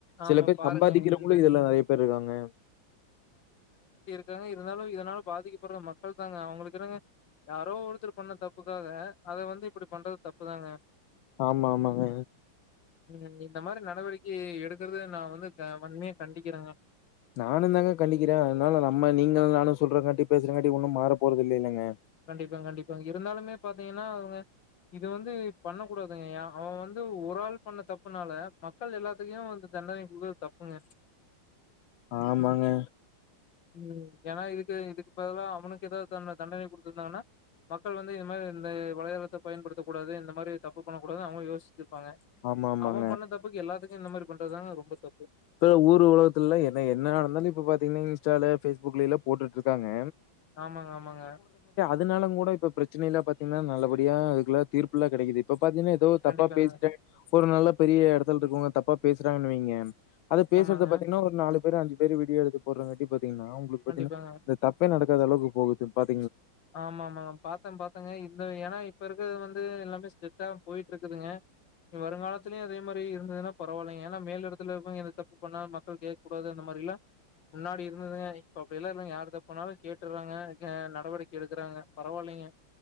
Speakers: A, on the left; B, on the left.
A: ஆமா
B: சில பேர்
A: பாருங்க
B: சம்பாதிக்கிறவங்களு
A: இந்த
B: இதுல நெறைய பேர் இருக்காங்க
A: காங்க இருந்தாலு இதனால் பாதிக்கப்படுற மக்கள் தாங்க அவங்களுக்கென்னங்க யாரோ ஒருத்தர் பண்ண தப்புக்காக அத வந்து இப்படி பண்றது தப்புதாங்க
B: ஆமா ஆமாங்க
A: இவுங்க இந் இந்த மாரி நடவடிக்கையே எடுத் கிறது நா வந்து வ வன்மையா கண்டிக்கிறங்க
B: நானு தாங்க கண்டிக்கிற அதனால நம்ம நீங்களு நானு சொல்றங்காட்டி பேசுறங்காட்டி ஒன்னு மாற போறது இல்ல இல்லைங்க
A: கண்டிப்பாங்க கண்டிப்பாங்க இருந்தாலுமே பாத் பாத்தீங்கன்னா அவுங்க இது வந்து பண்ண கூடாதுங்க அவன் வந்து ஒரு ஆள் பண்ண தப்புனால மக்கள் எல்லாத்தையு வந்து தண்டனை கொடுகுறது தப்புங்க
B: ஆமாங்க
A: ம் ஏன்னா இதுக்கு இதுக்கு பதிலா அவனுக்கு ஏதாவது தண்டனை கொடுத்துருந்தாங்கன்னா மக்கள் வந்து இந்த மாரி இந்த வளையாதளத்த பயன்டு படுத்தக் கூடாது இந்த மாதிரி தப்பு பண்ணக்க கூடாது அவுங்களு யோசி இருப்பாங்க
B: ஆமா ஆமாங்க
A: அவன் பண்ண தப்புக்கு எல்லாத்துக்கு இந்த மாரி பண்றதுாங்க ரொம்ப தப்பு
B: இப்ப ஊர் உலகத்துல என்ன என்ன நடந்தாலு இப்ப பாத்தீங்கன்னா இன்ஸ்டால பேஸ்புக்லேல போட்டுட்டு இருக்காங்க
A: ஆமாங்க ஆமாங்க
B: அதுனால கூட இப்ப பிரச்சனைல்ல பாத்தீங்கன்னா நல்லபடியா அதுக்குல தீர்ப்புல்லா கெடைக்குது இப்போ பாத்தீன்னா ஏதோ தப்பா
A: கண்டிப்பாங்க.
B: பேசிட்டே ஒரு நல்ல பெரிய இடத்துல இருக்கவுங்க தப்பா பேசுறாங்கன்னுவைங்க அது பேசுறது
A: ஆமாங்க.
B: பாத்தீங்கன்னா ஒரு நாலு பேர் அஞ்சு பேர் விடியோ எடுத்து போடுறங்க பத் பத்தீங்கன்னா உங்களுக்கு பத்தீங்கன்னா
A: கண்டிப்பாங்க.
B: இந்த தப்பே நடக் காத அளவுக்கு போகுது பாத்
A: ஆமா ஆமாங் பாத்தே பாத்தேங்க இந்த ஏன்னா இப்ப இருக்கது வந்து எல்லாமே செட்டா போயிட்டு இருக்குதுங்க வருங்காலத்திலயு அதே மாரி இருந்துன்னா பரவால்லைங்க ஏன்னா மேல இடத்துல இருப்பாங்க எத தப்பு பண்ண மக்கள் கேட்க கூடாது அந்த மாரி இல்லா முன்னாடி இருந்துங்க இப்ப அப்டில இல்லங்க யார் தப்புனாலு கேட்டுறாங்க நடவடிக் எடுக்குறாங்க பரவாயில்லங்க